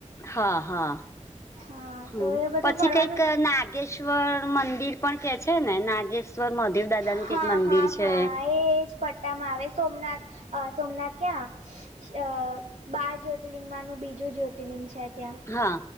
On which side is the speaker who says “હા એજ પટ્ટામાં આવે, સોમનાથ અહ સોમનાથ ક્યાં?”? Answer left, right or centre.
Right